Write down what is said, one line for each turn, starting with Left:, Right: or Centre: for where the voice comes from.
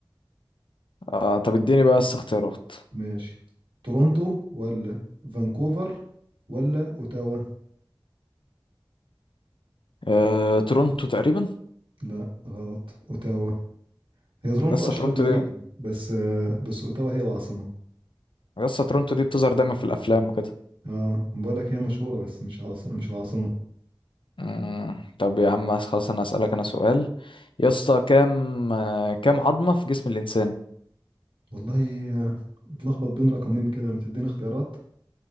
Left: آه طب اديني بقى بس اختيارات
Right: ماشي تورونتو ولا فانكوفر ولا اوتاوا
Left: آه تورونتو تقريبا
Right: لا غلط اوتاوا هي تورونتو
Left: لسه
Right: اشهر
Left: تورونتو
Right: مدينة
Left: دي
Right: بس آه، بس اوتاوا هي العاصمة
Left: لسه تورونتو دي بتظهر دايما في الأفلام وكده
Right: اه بقول لك هي مشهورة بس مش عاصمة مش العاصمة
Left: مم. طب يا عم خلاص انا هسألك انا سؤال يا اسطى كام آه، كام عظمة في جسم الانسان
Right: والله آه، اتلخبط بين رقمين كده ما تديني اختيارات